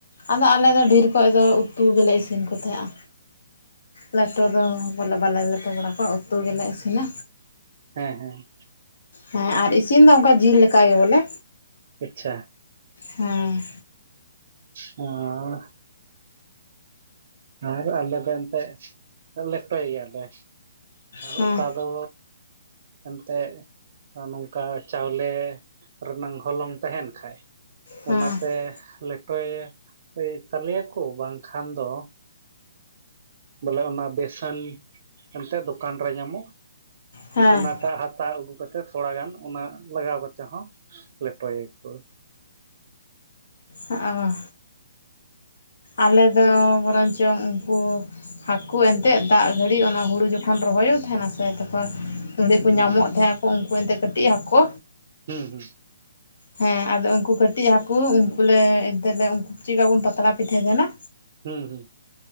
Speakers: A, on the left (about 70°); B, on the right (about 50°).
A: ᱟᱫᱚ ᱟᱞᱮᱫᱚ ᱰᱷᱮᱨ ᱠᱷᱚᱱ ᱫᱚ ᱩᱛᱩ ᱜᱮᱞᱮ ᱤᱥᱤᱱ ᱠᱚ ᱛᱟᱦᱮᱸᱜᱼᱟ᱾ ᱞᱮᱴᱚ ᱫᱚ ᱵᱚᱞᱮ ᱵᱟᱞᱮ ᱞᱮᱴᱚ ᱵᱟᱲᱟ ᱠᱚᱣᱟ ᱩᱛᱩ ᱜᱮᱞᱮ ᱤᱥᱤᱱᱟ᱾
B: ᱦᱮᱸ ᱦᱮᱸ
A: ᱦᱮᱸ ᱟᱨ ᱤᱥᱤᱱ ᱫᱚ ᱚᱱᱠᱟ ᱡᱤᱞ ᱞᱮᱠᱟ ᱜᱮ ᱵᱚᱞᱮᱼᱼ
B: ᱟᱪᱪᱷᱟ
A: ᱦᱮᱸ
B: ᱟᱸᱻ ᱟᱨ ᱟᱞᱮ ᱫᱚ ᱮᱱᱛᱮᱫ ᱞᱮᱴᱚᱭ ᱜᱮᱭᱟᱞᱮ
A: ᱦᱮᱸ
B: ᱚᱠᱟ ᱫᱚᱼᱼ ᱮᱱᱛᱮᱫ ᱱᱚᱝᱠᱟ ᱪᱟᱣᱞᱮ ᱨᱮᱱᱟᱝ ᱦᱚᱞᱚᱝ ᱛᱟᱦᱮᱱ ᱠᱷᱟᱡ
A: ᱦᱮᱸ
B: ᱚᱱᱟᱛᱮ ᱞᱮᱴᱚᱭ ᱛᱟᱞᱮ ᱭᱟᱠᱚ ᱵᱟᱝ ᱠᱷᱟᱱ ᱫᱚ, ᱵᱚᱞᱮ ᱚᱱᱟ ᱵᱮᱥᱚᱱ ᱮᱱᱛᱮᱫ ᱫᱚᱠᱟᱱ ᱨᱮ ᱧᱟᱢᱚᱜ᱾
A: ᱦᱮᱸ
B: ᱚᱱᱟᱴᱟᱜ ᱦᱟᱛᱟᱣ ᱟᱹᱜᱩ ᱠᱟᱛᱮ ᱛᱷᱚᱲᱟ ᱜᱟᱱ ᱚᱱᱟ ᱞᱟᱜᱟᱣ ᱠᱟᱛᱮ ᱦᱚᱸ ᱞᱮᱴᱚᱭᱟᱠᱚ᱾
A: ᱚᱻ ᱟᱞᱮᱫᱚ ᱵᱚᱨᱚᱝ ᱪᱚᱝ ᱩᱱᱠᱩᱼᱼ ᱦᱟᱹᱠᱩ ᱮᱱᱛᱜ ᱫᱟᱜ ᱜᱷᱟᱹᱲᱤᱡ ᱚᱱᱟ ᱦᱩᱲᱩ ᱡᱚᱠᱷᱚᱱ ᱨᱚᱦᱚᱭᱚᱜ ᱛᱟᱦᱮᱱᱟ ᱥᱮ ᱛᱚᱠᱷᱚᱱ ᱚᱸᱰᱮᱠᱚ
B: ᱦᱩᱸ
A: ᱧᱟᱢᱚᱜ ᱛᱟᱦᱮᱸᱱᱟ ᱩᱱᱠᱩ ᱮᱱᱛᱮ ᱠᱟᱹᱴᱤᱡ ᱦᱟᱹᱠᱩ,
B: ᱦᱩᱸ, ᱦᱩᱸ
A: ᱦᱮᱸ ᱟᱫᱚ ᱩᱱᱠᱩ ᱠᱟᱹᱴᱤᱡ ᱦᱟᱹᱠᱩ ᱩᱱᱠᱩᱞᱮ ᱮᱱᱛᱮᱞᱮ ᱩᱱᱠᱩ ᱪᱮᱫ ᱞᱮᱠᱟ ᱵᱚᱱ ᱯᱟᱛᱲᱟ ᱯᱤᱴᱷᱟᱹ ᱛᱟᱦᱮᱸᱱᱟᱼᱼ
B: ᱦᱩᱸ ᱦᱩᱸ